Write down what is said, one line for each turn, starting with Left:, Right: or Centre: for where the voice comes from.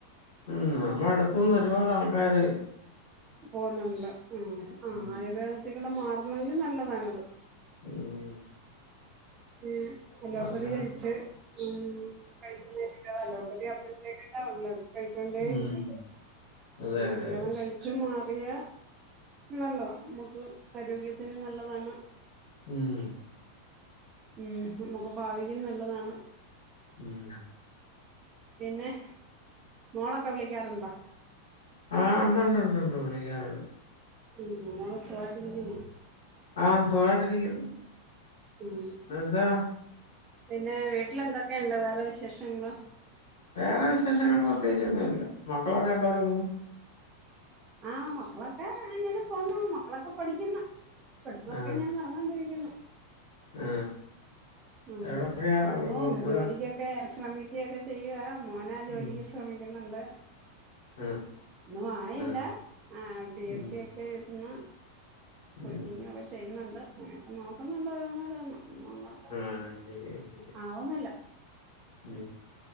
Left: ഉം നമ്മുടെ അടുത്തന്ന് ഒരുപാട് ആൾക്കാാര്
Right: പോുന്നുണ്ട് ആ ആ
Left: ഉം
Right: ആയുർവേദത്തിക്കൂടെ മാറുന്നെങ്കിൽ നല്ലതാണത്
Left: ഉം
Right: ഈ അലോപ്പതി
Left: അങ്ങനെ
Right: കഴിച്ച് ഉ കഴിക്കുന്നരിക്കതല്ലോ പതി അപ്പഴത്തേക്കട്ടാ ഉള്ളത് കഴിച്ചൊണ്ടേ
Left: ഉം
Right: ഇരിക്കെ
Left: അതെ
Right: ആയുർവേദം
Left: അതെ അതെ
Right: കഴിച്ചു മാറിയ നല്ലതാണ് നമുക്ക് ആരോഗ്യത്തിനും നല്ലതാണ്
Left: ഉം
Right: ഉം നമ്മുക്ക് ഭാവിക്കും നല്ലതാണ്
Left: ഉം
Right: പിന്നെ മോളൊക്കെ വിളിക്കാറുണ്ടോ
Left: ആഹ് ഉണ്ട്ണ്ട് ഉണ്ട്ണ്ട് വിളിക്കാറുണ്ട്
Right: ഉം മോള് സുഖായിട്ടിരിക്കുന്നു
Left: ആഹ സുഗയിരിക്കുന്നു
Right: ഉം
Left: അതെന്താ
Right: പിന്നെ വീട്ടില എന്തൊക്കെയുണ്ട് വേറെ വിശേഷങ്ങളോ
Left: വേറെ വിശേഷങ്ങ പ്രത്യേകിച്ചു ന്നും ഇല്ല മക്കളൊക്കെ എന്താ കൊടുക്കുന്നു
Right: ആ മക്കളൊക്കെ ഇങ്ങനെ പോന്ന മക്കളൊക്കെ പഠിക്കുന്നു പഠി പ്പൊക്കെ
Left: ആ
Right: ഞാൻ നടന്നോണ്ടിരിക്കുന്നു
Left: ആ
Right: ഉ
Left: എവിടൊക്കെയാ
Right: കുടുപ്പം
Left: ഇവിടെ
Right: ജോലിക്കൊക്കെ ശ്രമിക്കയൊക്കെ ചെയ്യുവ മോനാ ആ ജോലിക്ക്
Left: ഉം
Right: ശ്രമിക്കുന്നുണ്ട്
Left: ആ
Right: ഒന്നും ആയില്ല
Left: ആ
Right: ആ പി
Left: ഉം
Right: എസ് സി ഒക്കെ ഇന്ന്
Left: ഉം
Right: കൊച്ചിങ്ങ ഒക്കെ ചെയ്യുന്നുണ്ട് അങ്ങനെയൊക്കെ നോക്കുന്നുണ്ട്ോ രോന്ന രോന്നോ ഒന്നും അങ്ങോട്ട്
Left: ആഹ ശരി ശരി
Right: ആവുന്നില്ല
Left: ഉ